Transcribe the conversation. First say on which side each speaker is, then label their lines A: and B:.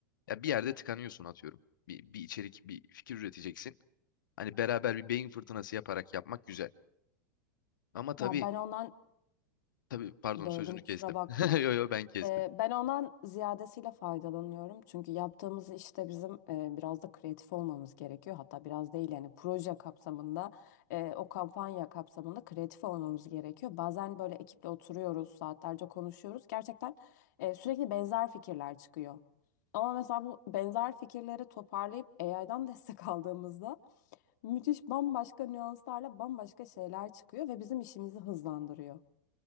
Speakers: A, on the left; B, on the left.
A: ya bir yerde tıkanıyorsun atıyorum. Bir, bir içerik, bir fikir üreteceksin. Hani beraber bir beyin fırtınası yaparak yapmak güzel. Ama tabii,
B: Ya ben ondan
A: tabii pardon
B: böldüm
A: sözünü
B: kusura
A: kestim.
B: bakma.
A: <laughs> Yo yo ben kestim.
B: Ee, Ben ondan ziyadesiyle faydalanıyorum. Çünkü yaptığımız işte bizim e, biraz da kreatif olmamız gerekiyor. Hatta biraz değil yani proje kapsamında, e, o kampanya kapsamında kreatif olmamız gerekiyor. Bazen böyle ekiple oturuyoruz, saatlerce konuşuyoruz. Gerçekten e, sürekli benzer fikirler çıkıyor. Ama mesela bu benzer fikirleri toparlayıp AI'dan destek <laughs> aldığımızda müthiş bambaşka nüanslarla bambaşka şeyler çıkıyor ve bizim işimizi hızlandırıyor.